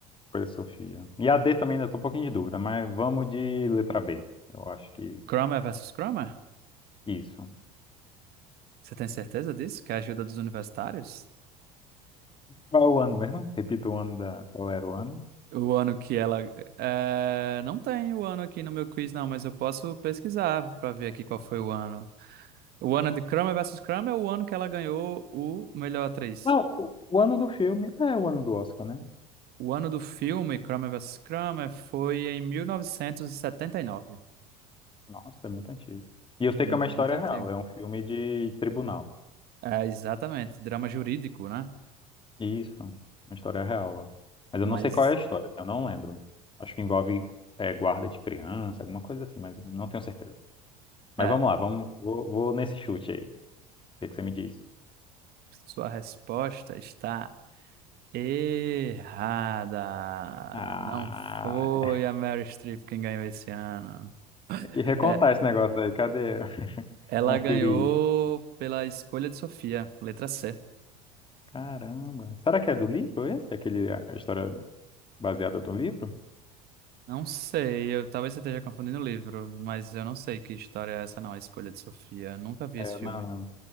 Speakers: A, on the left; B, on the right.
A: por essa Sofia. E a D também ainda tô um pouquinho de dúvida, mas vamos de letra B. Eu acho que
B: Kramer versus Kramer?
A: isso.
B: Você tem certeza disso? Que é a ajuda dos universitários?
A: Qual é o ano mesmo? Repita o ano da. Qual era o ano?
B: O ano que ela. É, não tem o ano aqui no meu quiz, não, mas eu posso pesquisar para ver aqui qual foi o ano. O ano de Kramer versus Kramer é o ano que ela ganhou o melhor atriz.
A: Não, o, o ano do filme é o ano do Oscar, né?
B: O ano do filme Kramer versus Kramer foi em 1979.
A: Nossa, é muito antigo. E eu sei
B: Muito
A: que é uma história
B: antigo.
A: real, é um filme de tribunal.
B: É, exatamente. Drama jurídico, né?
A: Isso, uma história real lá. Mas eu
B: Mas,
A: não sei qual é a história, assim, eu não lembro. Acho que envolve é, guarda de criança, alguma coisa assim, mas não tenho certeza. Mas
B: é,
A: vamos lá, vamos, vou, vou nesse chute aí. O que que você me diz?
B: sua resposta está errada.
A: Ah,
B: Não foi a Meryl Streep quem ganhou esse ano.
A: é que recontar
B: É,
A: esse negócio aí, cadê? <laughs>
B: ela
A: Conferir.
B: ganhou pela escolha de Sofia, letra C.
A: Caramba. Será que é do livro esse? Aquele, a história baseada do livro?
B: Não sei, eu talvez você esteja confundindo o livro, mas eu não sei que história é essa, não, A Escolha de Sofia. Nunca vi
A: É,
B: esse filme.
A: não, não.